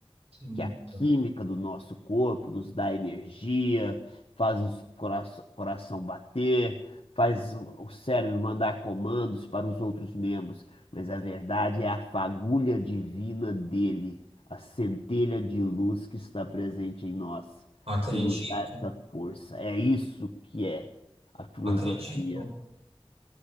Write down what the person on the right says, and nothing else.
Hum,
Acredito,
acredito.